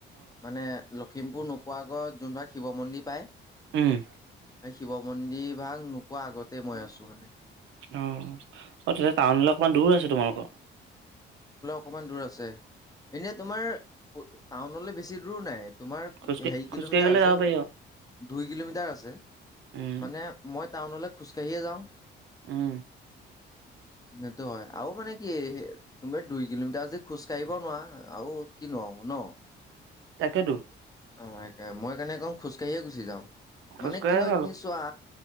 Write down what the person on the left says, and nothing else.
মানে। লখিমপুৰ নোপোৱা আগত যোনবাক শিৱ মন্দিৰ পায়।
শিৱ মন্দিৰ ভাগ নোপোৱা আগতেই মই আছো মানে।
অকণমান দূৰ আছে এনেই তোমাৰ টাউনলৈ বেছি দূৰ নাই। তোমাৰ
হেৰি কিলোমিটাৰ
আছে,
দুই কিলোমিটাৰ আছে।
মানে মই টাউনলৈ খোজকাঢ়িয়ে যাওঁ।
সটো হয় আৰু মানে কি তুমি দুই কিলোমিটাৰ আজদি খোজ কাঢ়িব নোৱাৰা আৰু কিনোৱা। ন,
অ, সে মই কাৰণে একম খোজকাাঢ়িয়ে গুচি যাওঁ
মানে
কি হয়
তুমি চোৱা।